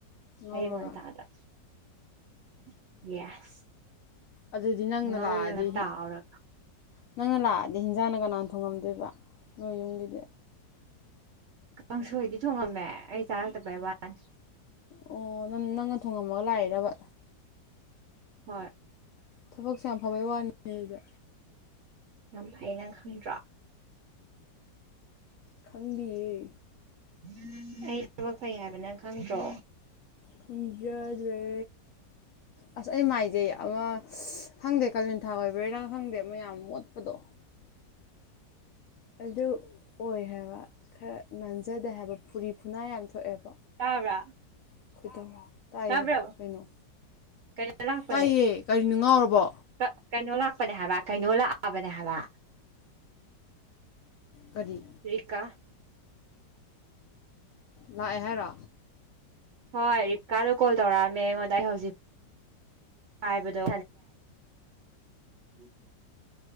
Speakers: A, on the left; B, on the right.
A: ꯉꯧꯔꯒ
B: ꯑꯌꯨꯛ ꯉꯟꯇꯗ <inaudible> ꯌꯦꯁ
A: ꯑꯗꯨꯗꯤ ꯅꯪꯅ
B: ꯉꯧꯔꯒ
A: ꯂꯥꯛꯑꯗꯤ
B: ꯇꯥꯎꯔꯒ
A: ꯅꯪꯅ ꯂꯥꯛꯑꯗꯤ ꯍꯤꯟꯖꯥꯡꯅ ꯀꯅꯥꯅ ꯊꯣꯡꯉꯝꯗꯣꯏꯕ ꯅꯣꯏ ꯌꯨꯝꯒꯤꯗꯤ
B: ꯀꯥꯡꯁꯣꯏꯗꯤ ꯊꯣꯡꯉꯝꯃꯦ ꯑꯩ ꯆꯥꯔꯛꯇꯕꯩ ꯋꯥꯅꯤ
A: ꯑꯣ ꯅꯪ ꯅꯪꯅ ꯊꯣꯉꯝꯃꯒ ꯂꯥꯛꯏꯔꯕ
B: ꯍꯣꯏ
A: ꯊꯕꯛꯁꯦ ꯌꯥꯝ ꯐꯕꯩ ꯋꯥꯅꯤꯅꯦ ꯑꯩꯗꯤ
B: ꯌꯥꯝ ꯐꯩ ꯅꯪ ꯈꯪꯗ꯭ꯔꯣ
A: ꯈꯪꯗꯤꯌꯦ
B: <inaudible> ꯑꯩ ꯊꯕꯛ ꯐꯩ ꯍꯥꯏꯕ ꯅꯪ ꯈꯪꯗ꯭ꯔꯣ
A: ꯈꯪꯖꯗ꯭ꯔꯦ ꯑꯁ ꯑꯩ ꯃꯥꯏꯖꯦ ꯑꯃ ꯈꯪꯗꯦ ꯀꯥꯂꯦꯟꯊꯥ ꯑꯣꯏꯕꯩꯔꯥ ꯈꯪꯗꯦ ꯑꯃꯌꯥꯝ ꯃꯣꯠꯄꯗꯣ ꯑꯗꯨ ꯑꯣꯏ ꯍꯥꯏꯕ ꯈꯔ ꯅꯥꯟꯖꯗꯦ ꯍꯥꯏꯕ ꯐꯨꯔꯤ ꯐꯨꯅꯥꯏ ꯌꯥꯝ ꯊꯣꯛꯑꯦꯕ
B: ꯇꯕ꯭ꯔꯥ
A: <unintelligible>
B: ꯇꯥꯕ꯭ꯔꯣ
A: ꯀꯩꯅꯣ
B: ꯀꯩꯅꯣ ꯂꯥꯛꯄꯅꯦ
A: ꯇꯥꯏꯌꯦ ꯀꯔꯤꯅꯣ ꯉꯥꯎꯔꯕꯣ
B: ꯀ ꯀꯅꯣ ꯂꯥꯛ ꯄꯅꯦ ꯍꯥꯏꯕ ꯀꯩꯅꯣ ꯂꯥ <unintelligible> ꯍꯥꯏꯕ
A: ꯀꯔꯤ
B: ꯔꯤꯀꯥ <inaudible>
A: ꯂꯥꯛꯑꯦ ꯍꯥꯏꯔꯣ
B: ꯍꯣꯏ ꯀꯥꯔꯛ ꯀꯣꯜ ꯇꯧꯔꯛꯑꯝꯃꯦ ꯑꯩꯉꯣꯟꯗ ꯑꯩ ꯍꯧꯖꯤꯛ ꯄꯥꯏꯕꯗꯣ <unintelligible>